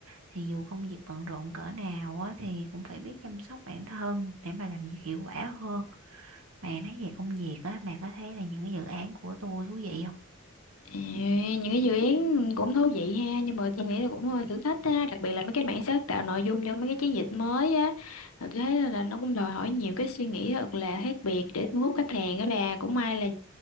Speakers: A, on the right; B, on the left.
A: thì dù công việc bận rộn cỡ nào á thì cũng phải biết chăm sóc bản thân để mà làm việc hiệu quả hơn mà nói về công việc á bạn có thấy là những cái dự án của tôi thú vị không
B: Ê, những cái dự án cũng thú vị ha nhưng mà tôi nghĩ là cũng hơi thử thách á đặc biệt là mấy cái mảng sáng tạo nội dung cho mấy cái chiến dịch mới á Là tôi thấy là nó cũng đòi hỏi nhiều cái suy nghĩ thật là khác biệt để thu hút khách hàng á bà cũng may là